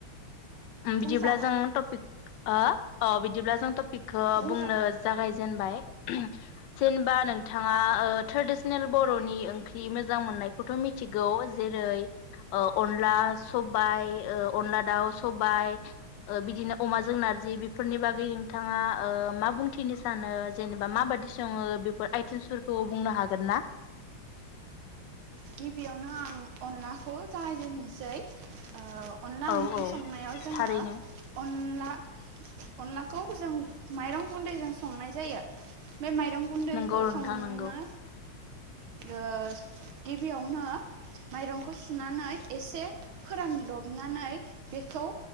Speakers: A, on the right; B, on the left.
A: बुंजागोन
B: बिदिब्ला जों टपिक ओ अ बिदिब्ला जों टपिकखौ
A: बुंजागोन
B: बुंनो जागायजेनबाय जेनेबा नोंथाङा ओ ट्रेडिसनेल बर'नि ओंख्रि मोजां मोननायखौथ' मिथिगौ जेरै औ अनला सब बाय ओ अनला दाउ स सबाय ओ बिदिनो अमाजों नारजि बेफोरनि बागै नोंथाङा मा बुंथिनो सानो जेनेबा माबायदि सङो बेफोर आइटेमसफोरखौ बुंनो हागोन ना?
A: गिबियावनो आं अनला खौ जागायजेनोसै ओ अनला
B: औ
A: ओंख्रि
B: औ
A: संनायाव जोङो
B: थारैनो
A: अन अनला अनलाखौ जों माइरं गुन्दैजों संनाय जायो बे माइरं गुन्दैखौ
B: नंगौ
A: संनो
B: नोंथां नंगौ
A: ओ गिबियावनो माइरंखौ सुनानै एसे फोरानदबनानै बेखौ